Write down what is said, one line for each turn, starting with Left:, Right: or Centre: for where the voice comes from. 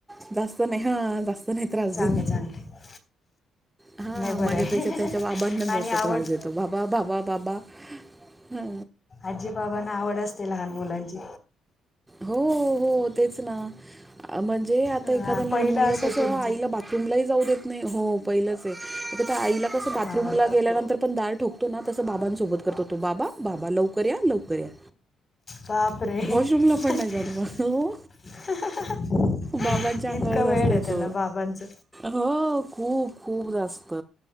Right: ह जास्त नाही हा जास्त नाही त्रास
Left: चांगले
Right: देत.
Left: चांगले
Right: हा
Left: नाही बरं
Right: माझ्यापेक्षा
Left: आहे
Right: त्याच्या बाबांना जास्त
Left: आणि आवड
Right: त्रास देतो बाबा बाबा बाबा हा
Left: आजीबाबांना आवड असते लहान मुलांची
Right: हो हो तेच ना म्हणजे आता
Left: हां
Right: एखादा लहान
Left: पहिलं
Right: मुलग
Left: असेल
Right: कस
Left: तुमचं
Right: आईला बात बाथरूमलाही जाऊ देत नाही हो पहिलंच आहे आ त्या आईला कसं बाथरूमला
Left: हां हां
Right: गेल्यानंतर पण दार ठोकतो तो ना तस बाबांसोबत करतो तो बाबा बाबा लवकर या लवकर या
Left: बाप रे <unintelligible>
Right: वॉशरूमला पण नाही जात मग हो बाबांच्या अंगावर
Left: ईतक वेड
Right: जास्त येतो
Left: आहे त्याल्याला वाबनच
Right: हो खूप खूप जास्त